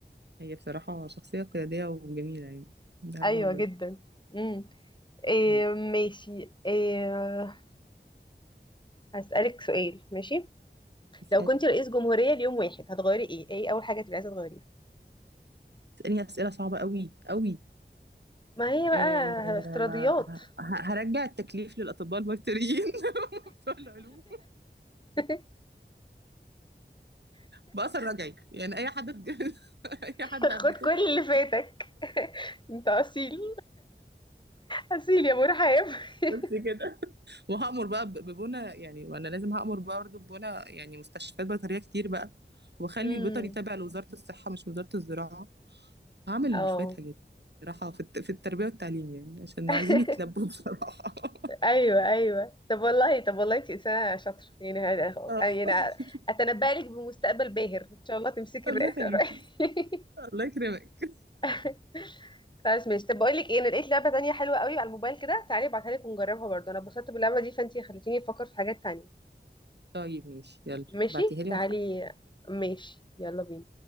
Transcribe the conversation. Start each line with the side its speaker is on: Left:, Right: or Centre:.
Right: هي بصراحة شخصية قيادية وجميلة يعني بحبها
Left: ايوه
Right: برضه
Left: جدا امم إيه
Right: طيب
Left: ماشي إيه هسألك سؤال ماشي
Right: اسألي
Left: لو كنت رئيس جمهورية ليوم واحد هتغيري ايه ايه اول حاجة تبقي عايزة تغيريها
Right: اسألني أسئلة صعبة قوي قوي
Left: ما هي بقى
Right: أه
Left: افتراضيات
Right: ه- هرجع التكليف للأطباء البيطريين <laughs> بتوع العلوم
Left: <laughs>
Right: بأثر رجعي يعني أي حد <laughs> اتج- أي حد
Left: خد
Right: قبل كده
Left: كل اللي فاتك <laughs> انت اصيل اصيل يا مرحب <laughs>
Right: بس كده وهأمر بقى ب- ببنى يعني وانا لازم هأمر بقى برضه ببنى يعني مستشفيات بيطرية كتير بقى واخلي
Left: امم
Right: البيطري تابع لوزارة الصحة مش وزارة الزراعة هعمل
Left: اه
Right: شوية حاجات صراحة في الت- في التربية والتعليم يعني عشان
Left: <laughs>
Right: عايزين يتلبوا بصراحة <laughs>
Left: ايوه ايوه طب والله طب والله انت انسانه شاطره يعني هذا
Right: آه.
Left: يعني
Right: <laughs>
Left: اتنبأ لك بمستقبل باهر ان شاء الله تمسكي
Right: الله
Left: الرئاسه
Right: يخليكي
Left: قريب
Right: الله يكرمك
Left: <laughs> خلاص ماشي طب بقول لك ايه انا لقيت لعبه تانية حلوه قوي على الموبايل كده تعالي ابعتها لك ونجربها برضه انا اتبسطت باللعبه دي فانتي خليتيني افكر في حاجات تانية
Right: طيب ماشي يلا
Left: ماشي
Right: بعتيها لي
Left: تعالي
Right: وأفرح.
Left: ماشي يلا بينا